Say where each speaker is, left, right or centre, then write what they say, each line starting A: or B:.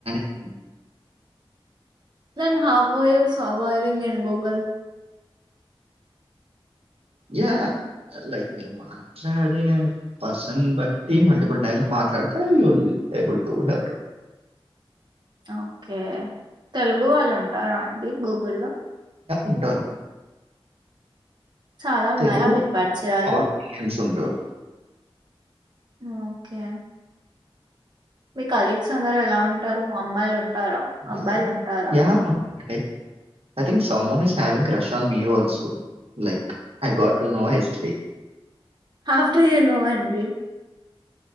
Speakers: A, on the right; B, on the right.
A: అ
B: నన్ హబ ఇవ సావా ఇవంగ్ ఇన్ గోగల్
A: యా లైక్ మీరు మాట్లాడే person బట్టి multiple times మాట్లాడితే ల్బుల్ her
B: okay Telugu వాళ్ళు ఉంటారా అండి గూగుల్లో
A: ఉంటారు
B: చాలా ఉన్నాయ్య
A: తెలుగు
B: మీ పరిచయాలు
A: ఆడియన్స్ ఉంటారు
B: ఓకే మీ కలీగ్స్ అందరు ఎలా ఉంటారు అమ్మాయిలు ఉంట ఉంటార అబ్బాయిలు
A: యా
B: ఉంటార
A: యా ఉంటారండి I think someone is having crush on me like a got to know history
B: how do you know అండి